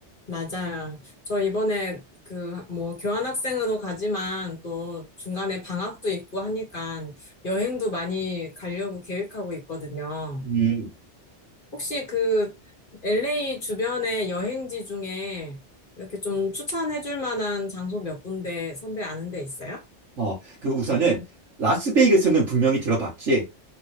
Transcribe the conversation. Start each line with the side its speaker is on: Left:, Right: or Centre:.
Left: 맞아요. 저 이번에 그, 뭐, 교환학생으로 가지만 또 중간에 방학도 있고 하니까 여행도 많이 가려고 계획하고 있거든요.
Right: 음.
Left: 혹시 그 LA 주변의 여행지 중에 이렇게 좀 추천해 줄 만한 장소 몇 군데 선배 아는 데 있어요?
Right: 어, 그 우선은 라스베이거스는 분명히 들어봤지.